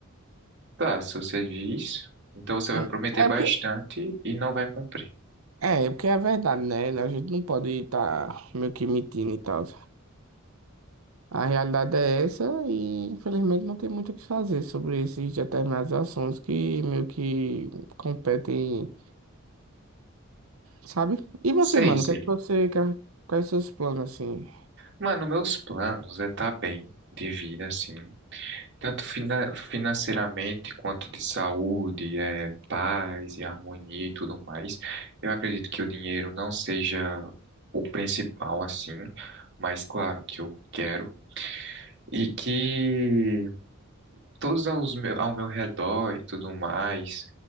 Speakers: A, on the right (about 55°); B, on the right (about 80°).
A: tá. Se você diz, então você
B: Hum,
A: vai prometer
B: É
A: bastante
B: porque,
A: e não vai cumprir.
B: é, porque é porque é verdade, né? A gente não pode estar meio que mentindo e tal. A realidade é essa e infelizmente não tem muito o que fazer sobre esses determinados assuntos que meio que competem, sabe? E você,
A: Sei,
B: mano,
A: sei.
B: o que é que você quer, quais seus planos assim?
A: Mano, meus planos é tá bem de vida assim. Tanto fina- financeiramente quanto de saúde, é, paz e harmonia e tudo mais. Eu acredito que o dinheiro não seja o principal assim, mas claro que eu quero. E que todos aos meu, ao meu redor e tudo mais,